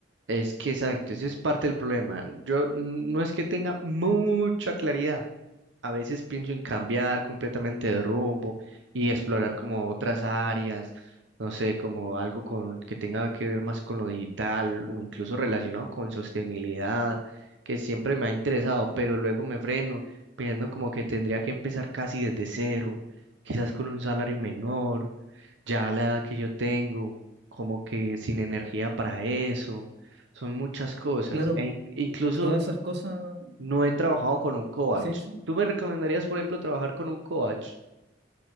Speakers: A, on the right; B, on the right.
A: es que exacto, eso es parte del problema. Yo n- no es que tenga mucha claridad. A veces pienso en cambiar completamente de rumbo y explorar como otras áreas, no sé, como algo con, que tenga que ver más con lo digital o incluso relacionado con sostenibilidad, que siempre me ha interesado, pero luego me freno pensando como que tendría que empezar casi desde cero, quizás con un salario menor, ya a la edad que yo tengo, como que sin energía para eso, son muchas cosas,
B: Claro,
A: e in- incluso
B: todas esas cosas,
A: no he trabajado con un coach.
B: sí, sí.
A: ¿Tú me recomendarías, por ejemplo, trabajar con un coach?